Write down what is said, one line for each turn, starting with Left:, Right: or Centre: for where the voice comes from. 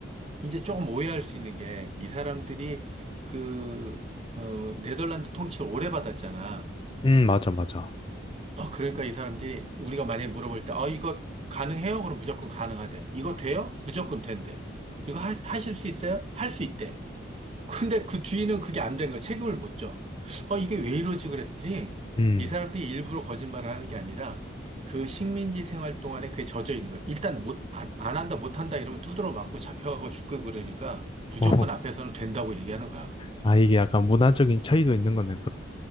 Right: 이제 조금 오해할 수 있는 게 이 사람들이 그 어, 네덜란드 통치를 오래 받았잖아.
Left: 음, 맞아, 맞아.
Right: 아, 그러니까 이 사람들이 우리가 만약에 물어볼 때, 어, 이거 가능해요? 그럼 무조건 가능하대. 이거 돼요? 무조건 된대. 이거 하, 하실 수 있어요? 할 수 있대. 근데 그 뒤는 그게 안 된 거야. 책임을 못 져. 어, 이게 왜 이러지? 그랬더니
Left: 음,
Right: 이 사람들이 일부러 거짓말을 하는 게 아니라 그 식민지 생활 동안에 그게 젖어 있는 거야. 일단 못, 안, 안 한다, 못 한다 이러면 두드러 맞고 잡혀가고 죽고 그러니까 무조건
Left: <laughs> 어,
Right: 앞에서는 된다고 얘기하는 거야.
Left: 아, 이게 약간 문화적인 차이도 있는 거네,